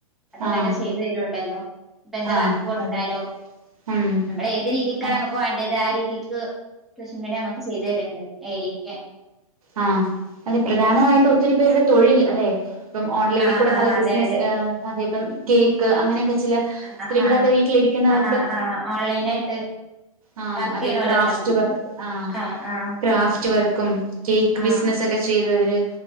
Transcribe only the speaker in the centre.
അതനടെ
ചെയ്തുവ രുണ്ടല്ലോ ഇപ്പ എന്താ
വർക്ക് ടുത്താലു
നമ്മള ഏത് രീതിക്കാണ്
അമക്ക് വേണ്ടത് ആ രീതിക്ക് ശമീഡിയ മക്ക് ചെയ്ത് ര്ണ്ട് ഏയ്ക്കെ.
ആഹ്
ആഹ്
അതെ
അതെ
ആഹ്
ആഹ് ആഹ് ആഹ് ഓൺലൈനായിട്ട്
വർക്ക്
ചെയ്യണോലൊക്കെ
ഉണ്ടല്ലോ
ആഹ് ആഹ്
ആഹ്